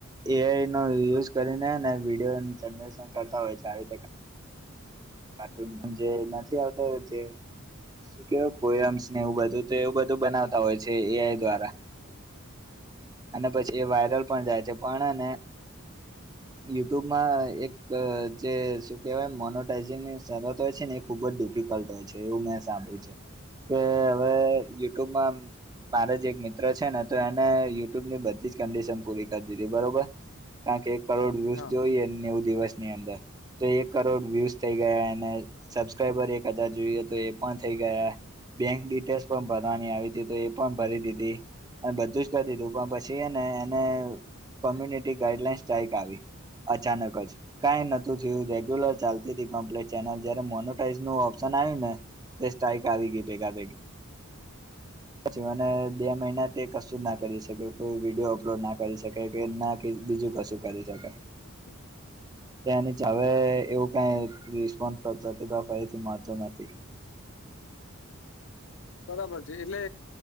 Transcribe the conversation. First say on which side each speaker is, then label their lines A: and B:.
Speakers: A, on the right; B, on the left.
A: એઆઈ નો યુઝ કરીને ને વિડીયો જનરેશન કરતા હોય છે આવી રીતે કાર્ટૂન જે નથી આવતો જે શું કેવાય પોયમ્સ ને એવું બધું તો એવું બધું બનાવતા હોય છે એઆઈ દ્વારા. અને પછી એ વાયરલ પણ જાય છે પણને યુટ્યુબમાં એક જે શું કહેવાય મોનોટાાઈઝિંગની શરત હોય છે ને એક ખુબ જ ડિફિકલ્ટ હોય છે એવું મેં સાંભળ્યું છે. કે હવે યુટ્યુબમાં મારે જ એક મિત્ર છે ને તો એને ની બધી જ કન્ડિશન પૂરી કરી દીધી બરોબર કારણ કે એક કરોડ વ્યૂસ
B: હા.
A: જોઈએ નેવું દિવસ. ને અંદર. તો એક કરોડ વ્યુઝ થઈ ગયા. અને સબસ્ક્રાઈબર એક હજાર જોઈએ તો, એ પણ થઈ ગયા. બેંક ડિટેલ્સ પણ ભરવાની આવી તી તો એ પણ ભરી દીધી અને બધું જ કરી દીધું. પણ પછી ને એને કોમ્યુનિટી ગાઈડલાઈન્સ સ્ટાઇક આવી અચાનક જ કાઈ નોતું થયું રેગ્યુલર ચાલતીકમ્પ્લે ચેનલ જ્યારે મોનોટાઈઝ નો ઓપ્શન આવ્યું ને તે સ્ટાઈક આવી ગઈ ભેગાભેગી. પછી મને બે મહિના તે કશું ના કરી શકે કો વિડીયો અપલોડ ના કરી શકે કે ના કે બીજું કશું કરી શકા
B: હમ
A: તેની જ હવે એવું કઈ રિસ્પોન્સ પ્રતિભાવ ફરી મળતો નથી.
B: બરાબર છે એટલે